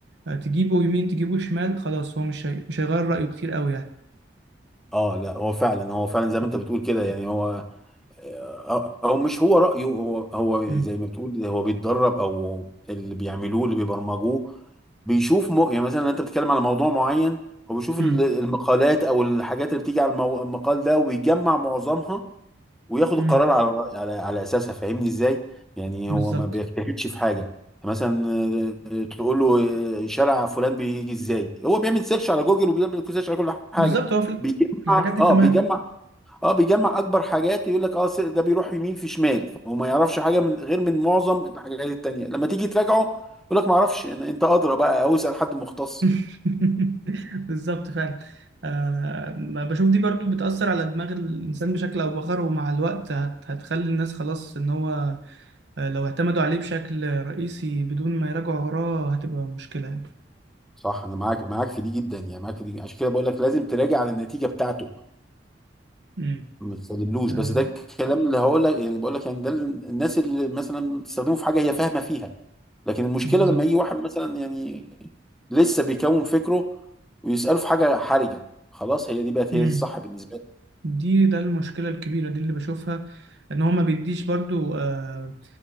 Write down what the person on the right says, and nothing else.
أه تجيبه يمين تجيبه شمال خلاص هو مش هي- مش هيغير رايه كتير قوي يعني
امم
امم
امم
بالظبط
بالظبط هو في
في الحاجات دي
تمام
<laughs>
بالظبط فعلا آه بشوف دي برضو بتأثر على دماغ الإنسان بشكل أو بآخر ومع الوقت هت- هتخلي الناس خلاص إن هو آه، لو اعتمدوا عليه بشكل رئيسي بدون ما يراجعوا وراه هتبقى مشكلة يعني
امم
آه
بالظبط
امم
دي ده المشكلة الكبيرة دي اللي بشوفها ان هو ما بيديش برضو آه،